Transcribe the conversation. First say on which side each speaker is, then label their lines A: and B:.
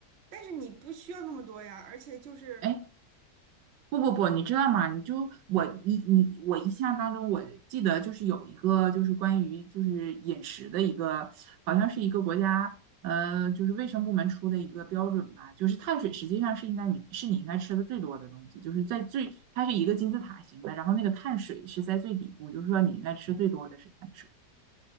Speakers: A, on the right; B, on the right.
A: 但是你不需要那么多呀。而且就是
B: 哎，不不不，你知道吗？你就我你你我印象当中，我记得就是有一个就是关于就是饮食的一个，好像是一个国家呃就是卫生部门出的一个标准吧，就是碳水实际上是应该你是你应该吃的最多的东西，就是在最它是一个金字塔型的，然后那个碳水是在最底部，就是说你应该吃最多的是碳水。